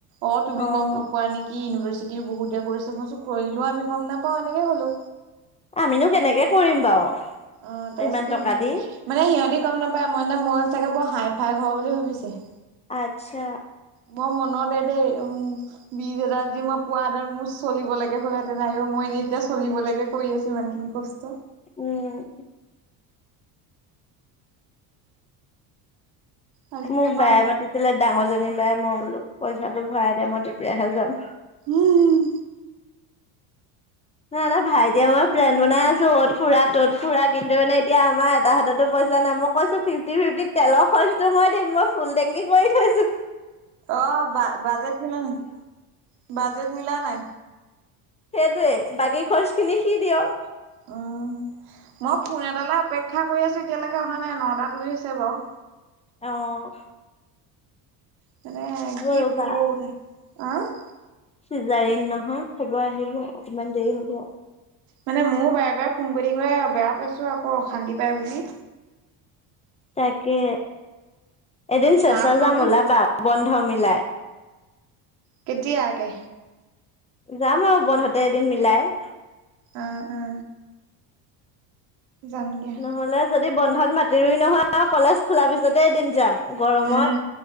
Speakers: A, on the right; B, on the left.
A: অ তুমি
B: অ'।
A: গম নোপোৱা নেকি ইউনিভাৰ্চি চিতি বহুতে কৰি চাবা কৰিলেও আমি গম নাপাওঁ এনেকে ক'লো।
B: আমিনো কেনেকে কৰিম বাৰু।
A: অ তাৰপিছতে
B: ইমান টকা
A: বি
B: দি
A: মানে সিহঁতে গম নাপায় মই মই চাগে বৰ হাই। ঘাই ঘৰ বুলি ভাবিছে
B: আচ্ছা।
A: মই মনতে দেই উম বীজ এটাৰ যি মই পোৱা হ'লে মোৰ চলিব লাগে হ'ল হেতেন নাইও মই এনেই এতিয়া চলিব লাগে কৰি আছো ইমান খিনি কষ্ট।
B: উম!
A: আজিৰ
B: মোক
A: পৰা
B: বায়ে
A: নকৰো।
B: মাতিছিলে ডাঙৰ জনী বায়ে মই বোলো পইচাটো ভৰাই দে মই তেতিয়াহে যাম।
A: উম!
B: নাই নাই ভাইটিয়ে মই প্লেন বনাই আছো ত ফুৰা ত'ত ফুৰা কিন্তু মানে এতিয়া আমাৰ এটা হাততো পই পইছা নাই মই কৈছোঁ ফিফটি ফিফটিত তেলৰ খৰচটো মই দিম মই ফুল টেঙগি কৰি থৈছোঁ।
A: অ বাজেট মিলা নাই, বাজেট মিলা নাই।
B: সেইটোৱে বাকী খৰচ খিনি সি দিয়ক।
A: উম, মই ফোন এটালৈ অপেক্ষা কৰি আছোঁ এতিয়ালৈকে অহা নাই নটা দুই হৈছে বাৰু।
B: আহ
A: মানে কি
B: ৰ'বা
A: খবৰ, আহ
B: চিজাৰিন নহয়, খবৰ আহিব অকমান দেৰি হব।
A: মানে মইয়ো বাৰে বাৰে ফোন কৰি থাকিবে বেয়া পাইছো আকৌ অশান্তি পাই বুলি।
B: তাকে এদিন চেচা
A: মা ফোনতো
B: যাম ওলাবা বন্ধ মিলাই।
A: কেতিয়াকে।
B: যাম আৰু বন্ধতে এদিন মিলাই।
A: আহ অ যাম দিয়া।
B: নহ'লে যদি বন্ধত মাতিবি নহয় কলেজ খোলাৰ পিছতে এদিন যাম গৰমত।
A: উম,